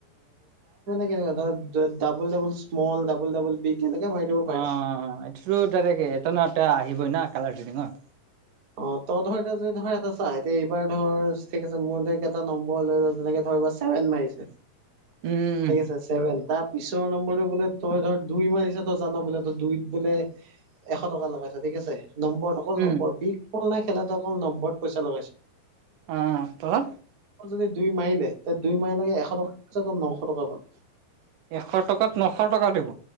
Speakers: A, on the right; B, on the right.
A: কেনেুৱা ধৰ double double small, double double big এনেকে মাৰি দিব পাৰে।
B: অ', এইটোতো ডাইক্ এটা ন এয়া আহিবই না কালাৰ চটিঙত
A: অ', তই ধৰ এ যদি ধ এটা চাই এতি এইবাৰ ধৰ ঠিক আছে মোৰ দে এটা নম্বৰ লৈ লোৱা যেনেকে ধ ছেভেন মাৰিছে
B: উম
A: ঠিক আছে ছেভন তাৰ পিছৰ নম্বৰটো বোলে তই ধৰ দুই মাৰিছে তই জান বোলে তই দুইত বোলে এশ টকা লগাইছ ঠিক আছে নম্বৰ অকল
B: উম
A: নম্বৰ বিষ অ নাই খেলা অকল নম্বৰত পইচা লগাইছো।
B: আহ তৰপাছত
A: যদি দুই মাৰিলে, তে দুই মাৰিলকে এশ টকাৰ জেগাত নশ টকা পাম।
B: এশ টকাত, নশ টকা দিব?